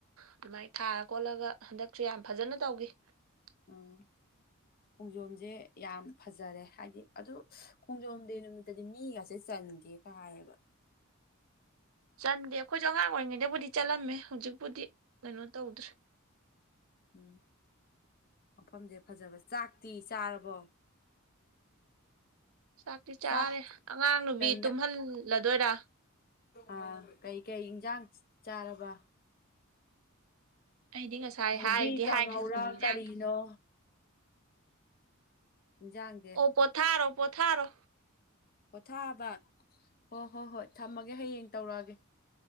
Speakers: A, on the right; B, on the left.
A: ꯑꯗꯨꯃꯥꯏ ꯊꯥꯔ ꯈꯣꯠꯂꯒ ꯍꯟꯗꯛꯁꯨ ꯌꯥꯝ ꯐꯖꯅ ꯇꯧꯈꯤ <unintelligible>
B: ꯑꯥ ꯈꯣꯡꯖꯣꯝꯁꯦ ꯌꯥꯝ ꯐꯖꯔꯦ ꯍꯥꯏꯗꯤ ꯑꯗꯨ ꯈꯣꯡꯖꯣꯝ ꯗꯦ ꯅꯨꯃꯤꯠꯇꯗꯤ ꯃꯤꯒꯥꯁꯦ ꯆꯟꯗꯦ ꯄꯥꯏꯕ
A: ꯆꯟꯗꯦ ꯑꯩꯈꯣꯏꯁꯨ ꯑꯉꯥꯡ ꯑꯣꯏꯔꯤꯉꯩꯗꯕꯨꯗꯤ ꯆꯠꯂꯝꯃꯦ ꯍꯧꯖꯤꯛꯄꯨꯗꯤ ꯀꯩꯅꯣ ꯇꯧꯗ꯭ꯔꯦ
B: ꯎꯝ ꯃꯐꯝꯁꯦ ꯐꯖꯕ ꯆꯥꯛꯇꯤ ꯆꯥꯔꯕꯣ
A: ꯆꯥꯛꯇꯤ ꯆꯥꯔꯦ
B: ꯆꯥꯛ
A: ꯑꯉꯥꯡ ꯅꯨꯕꯤ
B: ꯀꯩ
A: ꯇꯨꯝꯍꯜꯂꯗꯣꯏꯔꯥ
B: ꯑꯥ ꯀꯩꯀꯩ ꯏꯟꯁꯥꯡ ꯆꯥꯔꯕ
A: ꯑꯩꯗꯤ ꯉꯁꯥꯏ
B: ꯍꯒ꯭ꯔꯤ
A: ꯍꯥꯏꯗꯤ
B: ꯀꯥꯡꯍꯧꯔꯥ
A: ꯍꯥꯏꯈ꯭ꯔꯕꯅꯤ ꯏꯟꯖꯥꯡ
B: ꯀꯔꯤꯅꯣ ꯏꯟꯖꯥꯡꯁꯦ
A: ꯑꯣ ꯄꯊꯥꯔꯣ ꯄꯊꯥꯔ
B: ꯄꯣꯊꯥꯕ ꯍꯣ ꯍꯣꯏ ꯍꯣꯏ ꯊꯝꯃꯒꯦ ꯍꯌꯦꯡ ꯇꯧꯔꯛꯑꯒꯦ